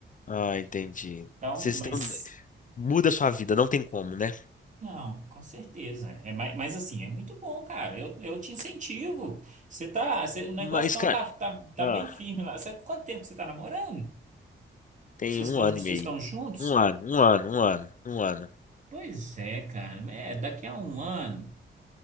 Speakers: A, on the left (about 40°); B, on the right (about 40°).
A: ah, entendi.
B: Então,
A: Vocês
B: mas,
A: estão. Muda a sua vida, não tem como, né?
B: não, com certeza. É, ma- mas, assim, é muito bom, cara. Eu, eu te incentivo. Você tá, você- o negócio
A: Mas,
B: então
A: cara.
B: tá, tá, tá
A: ah,
B: bem firme lá. Sabe quanto tempo que você tá namorando?
A: Tem
B: Vocês
A: um
B: estão,
A: ano
B: vocês
A: e meio.
B: estão juntos?
A: Um ano, um ano, um ano, um ano.
B: Pois é, cara. É, daqui a um ano,